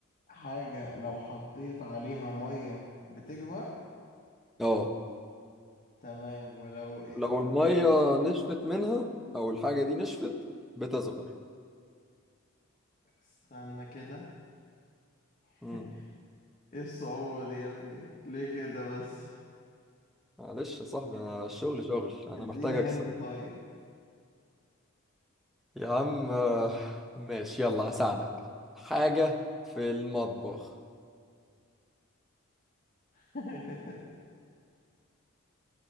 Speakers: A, on the left (about 40°); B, in the centre.
A: حاجه لو حطيت عليها ميه بتكبر
B: اه
A: تمام ولو إيه
B: لو
A: ولو
B: المية
A: ايه
B: نشفت منها او الحاجة دي نشفت بتصغر
A: استنى كده <laughs>
B: امم
A: ايه الصعوبه دي يا ابني ليه كده بس
B: معلش يا صاحبي
A: إد-
B: انا الشغل شغل انا
A: اديني
B: محتاج اكسب
A: هنت طيب
B: يا عم آه، ماشي يلا هساعدك حاجة في المطبخ
A: <laughs>